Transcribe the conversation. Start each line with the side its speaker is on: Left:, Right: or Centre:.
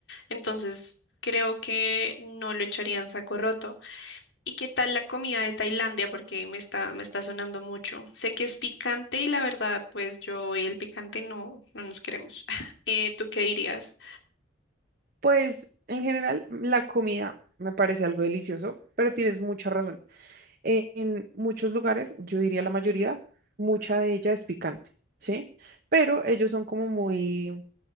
Left: Entonces, creo que no lo echaría en saco roto. ¿Y qué tal la comida de Tailandia? Porque me está, me está sonando mucho. Sé que es picante y la verdad, pues yo y el picante no, no nos queremos. <laughs> Eh, ¿tú qué dirías?
Right: Pues en general, la comida me parece algo delicioso, pero tienes mucha razón. En muchos lugares, yo diría la mayoría, mucha de ella es picante, ¿sí? Pero ellos son como muy,